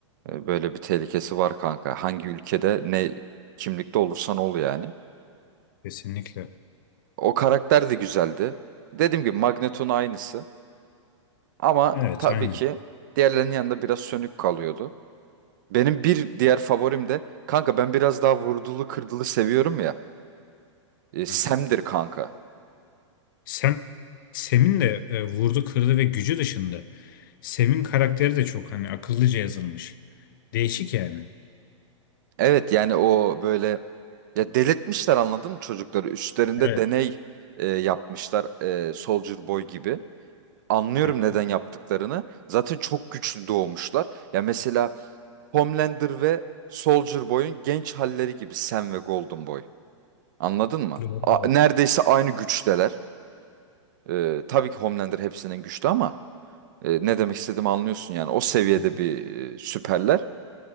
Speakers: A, on the right; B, on the left.
A: e, böyle bir tehlikesi var kanka. Hangi ülkede ne kimlikte olursan ol yani.
B: Kesinlikle.
A: O karakter de güzeldi. Dediğim gibi Magneto'nun aynısı. Ama
B: Evet
A: tabii
B: aynen.
A: ki diğerlerinin yanında biraz sönük kalıyordu. Benim bir diğer favorim de kanka ben biraz daha vurdulu kırdılı seviyorum ya. E, Sam'dir
B: Hı hı.
A: kanka.
B: Sen Sem'in de e, vurdu kırdı ve gücü dışında Sem'in karakteri de çok hani akıllıca yazılmış. Değişik yani.
A: Evet yani o böyle ya delirtmişler anladın mı çocukları? Üstlerinde
B: Evet.
A: deney e, yapmışlar e, Soldier Boy gibi. Anlıyorum
B: Hı hı.
A: neden yaptıklarını. Zaten çok güçlü doğmuşlar. Ya mesela Homelander ve Soldier Boy'un genç halleri gibi Sam ve Golden Boy. Anladın mı?
B: Doğru,
A: A-
B: evet.
A: neredeyse aynı güçteler. Ee, tabii ki Homelander hepsinin güçlü ama e, ne demek istediğimi anlıyorsun yani. O seviyede
B: Hı hı.
A: bir e, süperler.